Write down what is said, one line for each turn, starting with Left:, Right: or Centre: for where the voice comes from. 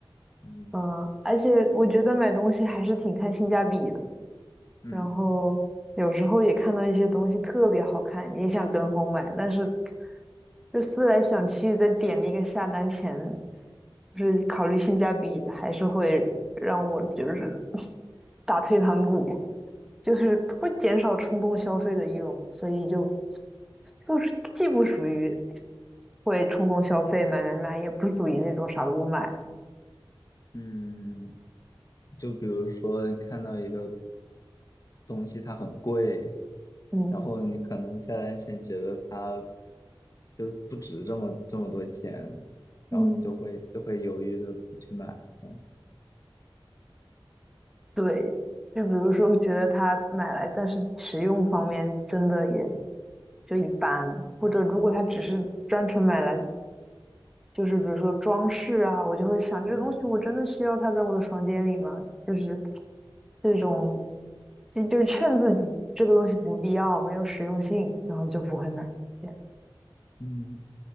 Left: 嗯
Centre: 嗯，而且我觉得买东西还是挺看性价比的。
Left: 嗯
Centre: 然后有时候也看到一些东西特别好看，你也想跟风买，但是就思来想去，在点那个下单前，就是考虑性价比，还是会让我就是 <laughs> 打退堂鼓，就是会减少冲动消费的欲望嘛，所以就不是既不属于会冲动消费买买买，也不属于那种啥都不买，
Left: 嗯，就比如说你看到一个东西它很贵，
Centre: 嗯。
Left: 然后你可能下单前觉得它就不值这么这么多钱，
Centre: 嗯。
Left: 然后你就会就会犹豫的不去买。嗯
Centre: 对，就比如说觉得它买来，但是使用方面真的也就一般，或者如果它只是单纯买来，就是比如说装饰啊，我就会想这个东西我真的需要它在我的房间里吗？
Left: 嗯，
Centre: 就是这种，就就是劝自己这个东西不必要，没有实用性，然后就不会买。这样
Left: 嗯。